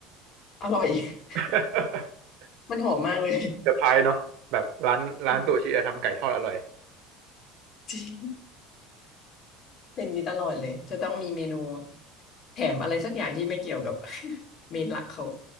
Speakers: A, on the left; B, on the right.
A: อร่อย <laughs>
B: <laughs>
A: มันหอมมากเลย
B: เซอร์ไพรส์ <laughs> เนาะแบบร้านร้านซูชิอะทำไก่ทอดอร่อย
A: ค่ะจริงเป็นอย่างนี้ตลอดเลยจะต้องมีเมนูแถมอะไรสักอย่างที่ไม่เกี่ยวกับ <laughs> เมนหลักเขา